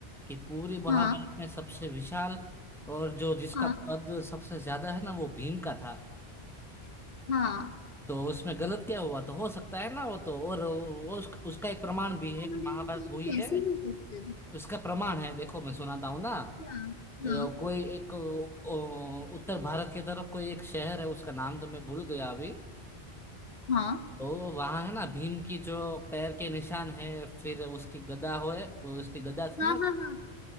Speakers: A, in the centre; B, on the left.
A: कि पूरी महाभारत
B: हाँ
A: में सबसे विशाल और जो जिसका
B: हाँ
A: कद सबसे ज्यादा है ना वो भीम का था
B: हाँ
A: तो उसमें गलत क्या हुआ तो हो सकता है ना वो तो और वो उस, उसका एक प्रमाण भी है
B: कैलोरीज
A: कि महाभारत
B: हम
A: हुई
B: कैसे
A: है
B: भी करते हैं
A: उसका प्रमाण है देखो मैं सुनाता हूँ ना
B: क्या हाँ
A: अ, कोई एक अ, उत्तर भारत की तरफ कोई एक शहर है उसका नाम तो मैं भूल गया अभी
B: हाँ
A: तो वहां है ना भीम की जो पैर के निशान है फिर उसकी गदा होए उसकी गदा थी
B: हाँ
A: ना
B: हाँ हाँ